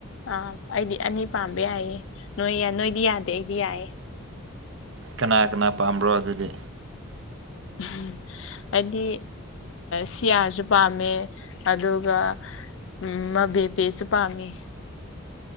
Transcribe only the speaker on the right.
ꯀꯅꯥ ꯀꯅꯥ ꯄꯥꯝꯕ꯭ꯔꯣ ꯑꯗꯨꯗꯤ